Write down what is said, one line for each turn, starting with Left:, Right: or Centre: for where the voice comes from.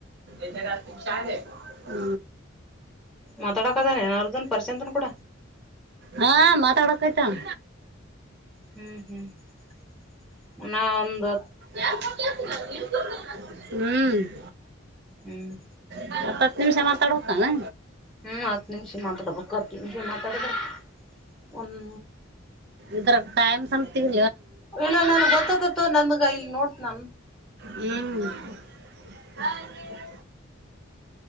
Right: ಇದೇನ ಚಾ ಹೇ ಹು
Centre: ಮಾತಾಡಕದಾನೇನ್ ಆಹುಡುಗನ್ ಪ್ರಶಾಂತ ಕೂಡ
Right: ಹ ಮಾತಾಡಕತ್ತಾನ
Centre: ಹು ಹು ನಾ ಒಂದು
Right: ಯಾರ ಕೊಟ್ಟಿಗತಿಲ್ಲ ಲಿಂಗಸೂರನವರಾ ಹು ತಾ ಇಲ್ಲಿ
Centre: ಹ್ಮ್
Right: ಹತ್ತ ಹತ್ತ ನಿಮಿಷ ಮಾತಾಡ್ಬೇಕನ.
Centre: ಹ್ಮ್ ಹತ್ತು ನಿಮಿಷ ಮಾತಾಡ್ಬೇಕು ಹತ್ ನಿಮಿಷ ಮಾತಾಡಿದ್ರ ಒಂದ
Right: ಇತರಾ ಟೈಮ್ ಸಂತಿಂಗ್
Centre: ಇಲ್ಲಲ್ಲ ನನ್ ಗೊತ್ತಕ್ಕೆತಿ ತೋ ನನಗ ಇಲ್ಲಿ ನೋಡ್ತನ
Right: ಟಕ್ ಟಕ್ ಹೂಊ ಹ ಅತ್ತೆಗೆರಿ